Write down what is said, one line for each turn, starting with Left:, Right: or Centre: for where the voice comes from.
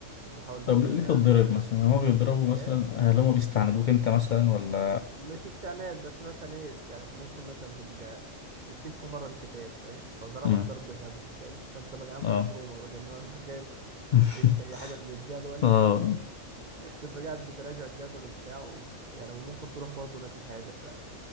Right: بحاول بقى
Left: طب
Right: ان
Left: ليه
Right: انا
Left: تتضرب مثلا
Right: يعني
Left: هما بيضربوا مثلا
Right: ايه
Left: هل هما بيستعندوك أنت مثلا ولا
Right: مش استعناد بس مثلا ايه يعني ممكن مثلا تبقى نسيت في مره الكتاب فاهم فضربك
Left: مم.
Right: ضرب غبي فاهم فانت بقى عندك
Left: اه
Right: تروما بقى ان هو انت خايف
Left: <laughs>
Right: ت- تنسى اي حاجه من الجدول
Left: اه
Right: تبقى قاعد بتراجع الجدول وبتاع وف- يعني وممكن تروح برضه ناسي حاجة ف...